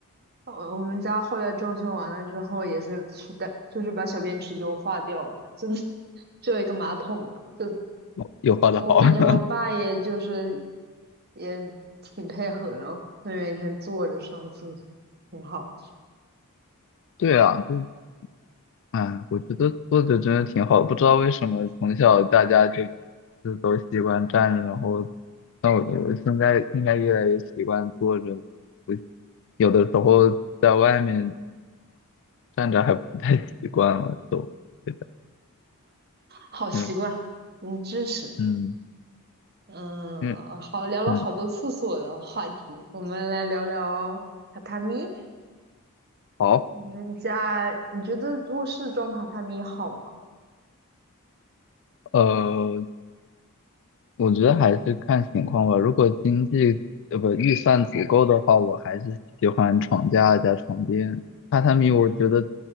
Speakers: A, on the right (about 45°); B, on the left (about 55°).
A: 我我们家后来装修完了之后，也是取代，就是把小便池优化掉了，真的 <laughs> 只有一个马桶了。就
B: 哦有画的好。
A: 我感觉我爸也就是
B: <laughs>
A: 也挺配合的哦，会每天坐着上厕所，挺好的，
B: 对啊，就哎，我觉得坐着真的挺好的不知道为什么从小大家就就都习惯站着，然后那我我现在现在越来越习惯坐着，我有的时候在外面站着还不太习惯了，都对的，
A: 好习惯，
B: 嗯
A: 嗯，支持。
B: 嗯
A: 嗯，
B: 嗯
A: 好，聊了好多厕所的话题，
B: 嗯，
A: 我们来聊聊榻榻米。
B: 好。
A: 你们家，你觉得卧室装榻榻米好吗？
B: 呃，我觉得还是看情况吧。如果经济呃不预算足够的话，我还是喜欢床架加床垫。榻榻米我觉得
A: 嗯